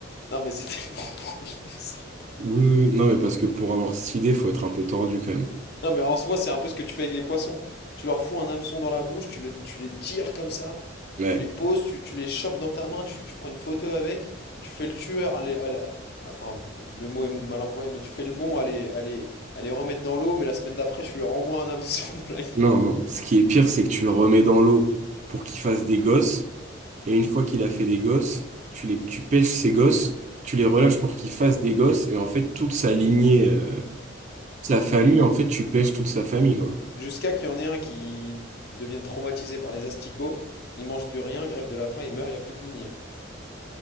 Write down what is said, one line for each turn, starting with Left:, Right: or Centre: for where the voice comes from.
Left: non mais c'était pour prendre l'exemple.
Right: Oui, oui, oui. non, mais parce que pour avoir cette idée, faut être un peu tordu quand même.
Left: Non mais en soi, c'est un peu ce que tu fais avec les poissons. Tu leur fous un hameçon dans la bouche, tu, le- tu les tires comme ça,
Right: Ouais.
Left: tu les poses, tu, tu les chopes dans ta main, tu, tu prends une photo avec, tu fais le tueur, à les- à la- enfin le mot est mal employé, mais tu fais le bon à les, à les- à les remettre dans l'eau, mais la semaine d'après, tu lui renvoies un hameçon <laughs> dans la gueule.
Right: Non, non. Ce qui est pire, c'est que tu le remets dans l'eau pour qu'il fasse des gosses. Et une fois qu'il a fait des gosses, tu les, tu pêches ces gosses, tu les relâches pour qu'ils fassent des gosses. Et en fait, toute sa lignée, euh, sa famille, en fait, tu pêches toute sa famille, quoi.
Left: Jusqu'à qu'il y en ait un qui devienne traumatisé par les asticots, il mange plus rien, grève de la faim, il meurt, il n'y a plus de lignée.